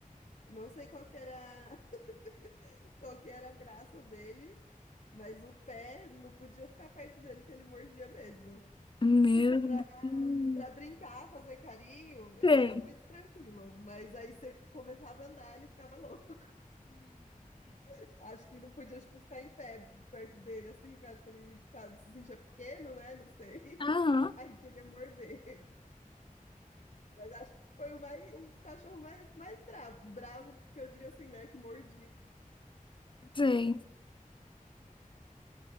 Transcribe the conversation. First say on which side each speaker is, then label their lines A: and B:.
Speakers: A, on the left; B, on the left.
A: Não sei qual que era, <laughs> qual que era a graça dele, mas o pé não podia ficar perto dele, que ele mordia mesmo.
B: Meu
A: Tipo, pra
B: Deus.
A: para brincar, fazer carinho, ele
B: Sei.
A: era muito tranquilo. Mas aí você começava a andar, ele ficava louco. <laughs> Acho que não podia, tipo, ficar em pé perto dele, assim, que acho que ele ficava, se sentia pequeno, né? Não sei. <laughs>
B: Aham,
A: Aí queria morder. Mas acho que foi o, mais, o cachorro mais, mais bravo. Bravo, que eu digo assim, né? Que mordi.
B: sei.